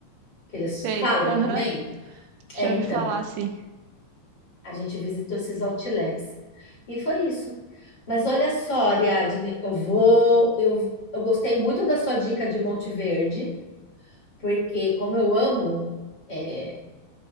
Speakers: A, on the left; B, on the right.
A: que eles
B: Sei.
A: falam
B: Aham.
A: também. É,
B: Já
A: então,
B: ouvi falar assim.
A: a gente visitou esses outlets. E foi isso. Mas olha só, Ariadne, eu vou, eu, eu gostei muito da sua dica de Monte Verde, porque como eu amo é,